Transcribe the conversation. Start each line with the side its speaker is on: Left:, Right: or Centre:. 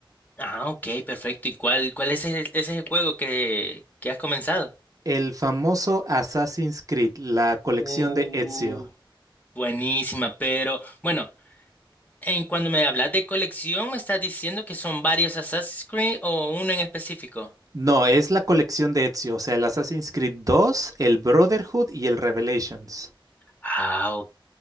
Left: Ah, ok, perfecto. ¿Y cuál, cuál es el- ese es el juego que, que has comenzado?
Right: El famoso Assassin's Creed, la colección
Left: Uh,
Right: de Ezio.
Left: buenísima, pero bueno, en cuando me hablas de colección, ¿me estás diciendo que son varios Assassin's Creed o uno en específico?
Right: No, es la colección de Ezio, o sea, el Assassin's Creed dos el Brotherhood y el Revelations.
Left: Ah, ok,